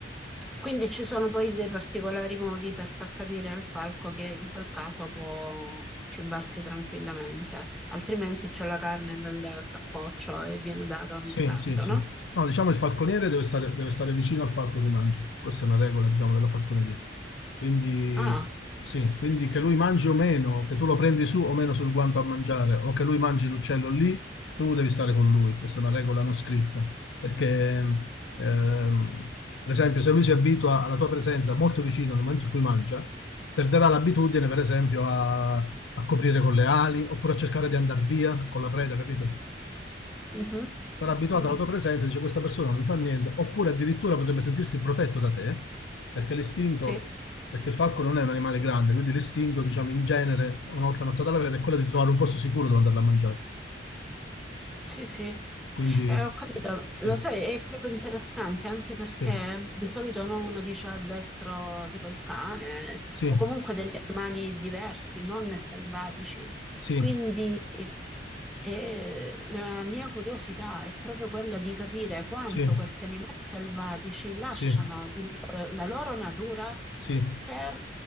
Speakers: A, in the centre; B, on the left.
A: Quindi ci sono poi dei particolari modi per far capire al falco che in quel caso può cibarsi tranquillamente, altrimenti c'è la carne nel saccoccio e viene data ogni
B: Sì,
A: tanto,
B: sì, sì.
A: no?
B: No, diciamo il falconiere deve stare, deve stare vicino al falco che mangia. Questa è una regola, diciamo, della falconeria. Quindi,
A: Ah,
B: sì, quindi che lui mangi o meno, che tu lo prendi su o meno sul guanto a mangiare, o che lui mangi l'uccello lì, tu devi stare con lui. Questa è una regola non scritta. Perché, ehm, per esempio, se lui si abitua alla tua presenza molto vicino nel momento in cui mangia, perderà l'abitudine, per esempio, a, a coprire con le ali, oppure a cercare di andare via con la preda, capito?
A: mhm.
B: sarà abituato
A: Mm,
B: alla tua presenza e dice questa persona non mi fa niente, oppure addirittura potrebbe sentirsi protetto da te, perché l'istinto,
A: sì.
B: perché il falco non è un animale grande, quindi l'istinto, diciamo, in genere, una volta ammazzata la preda, è quello di trovare un posto sicuro dove andarla a mangiare.
A: Sì, sì,
B: Quindi,
A: Eh, ho capito. Lo
B: sì,
A: sai, è proprio interessante anche perché
B: sì,
A: di solito no, uno dice a destro tipo il cane
B: sì,
A: o comunque degli animali diversi, non selvatici.
B: sì,
A: Quindi eh, la mia curiosità è proprio quella di capire quanto
B: sì,
A: questi animali selvatici lasciano
B: sì,
A: il- la loro natura
B: sì.
A: per,